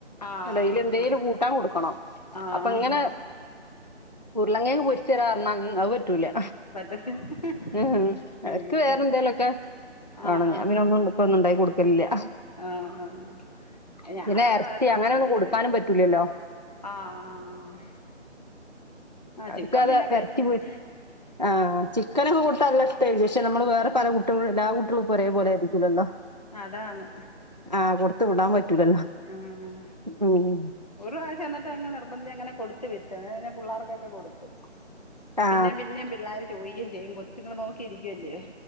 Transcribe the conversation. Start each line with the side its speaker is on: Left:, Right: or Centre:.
Left: ആഹ്
Right: ഡെയിലി എന്തെലും കൂട്ടാൻ കൊടുക്കണം
Left: ആഹ്
Right: അപ്പൊ ഇങ്ങനെ ഉരുളം കെയങ്ങ് പൊരിച്ച് തെരാർഞ്ഞാ ഉം അത് പറ്റൂലാ.
Left: പറ്റത്തില്ല
Right: ഏഹ് അവർക്ക്
Left: ഉം
Right: വേറെ എന്തേലോക്കെ വേണം
Left: ആഹ് ആഹ്
Right: ഞാൻ പിന്നൊന്നുണ്ട് പ്പൊന്നും ഇണ്ടായി കൊടുക്കലില്ലാ
Left: ആഹ് ആഹ് ഞാൻ
Right: പിന്നെ
Left: കിടന്ന്
Right: എർച്ചി
Left: വഴക്ക് പറയാറ്
Right: അങ്ങനൊന്നും
Left: അച്ഛനും
Right: കൊടുക്കാനും
Left: വഴക്ക്
Right: പറ്റൂലല്ലോ.
Left: പറയും ആഹ് ആഹ് ആഹ്
Right: അവര്ക്ക്
Left: ചിക്കൻ
Right: അതാ
Left: പിന്നെ കഴിച്ചോളും
Right: എർച്ചി പൊരി ആഹ് ചിക്കനൊക്കെ കൊട്ത്താന്നല്ല ഇഷ്ട്ടെക്കും പഷെ നമ്മള് വേറെ പല കുട്ട്യളും എല്ലാ കുട്ട്യാളുപ്പൊ ഒരേ പോലെ ആയിരിക്കില്ലല്ലോ.
Left: അതാന്ന്
Right: ആഹ് കൊടുത്ത് വിടാൻ പറ്റൂലല്ലോ
Left: ഉം
Right: ഉം
Left: ഒരു പ്രാവശം ഇന്ന്ട്ട് അങ്ങ് നിർബന്ധിച്ച് അങ്ങനെ കൊടുത്ത് വിട്ട് അയ്പിന്നെ പുള്ളാർക്കൊക്കെ കൊട്ത്തു.
Right: ആ
Left: പിന്നേം പിന്നേം പിള്ളാര് ചോയിക്കേം ചെയ്യും കൊച്ചുങ്ങള് നോക്കിയിരിക്കുവല്ലിയോ